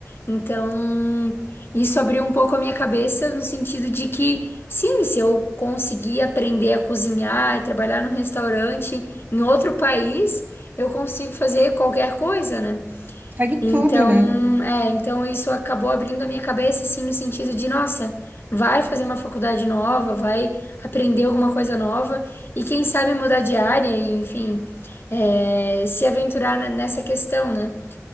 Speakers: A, on the left; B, on the right.
A: Então, isso abriu um pouco a minha cabeça no sentido de que, sim, se eu conseguir aprender a cozinhar e trabalhar num restaurante em outro país, eu consigo fazer qualquer coisa, né?
B: segue
A: Então,
B: tudo, né?
A: é, então isso acabou abrindo a minha cabeça, assim, no sentido de, nossa, vai fazer uma faculdade nova, vai aprender alguma coisa nova e quem sabe mudar de área e, enfim, é, se aventurar ne- nessa questão, né?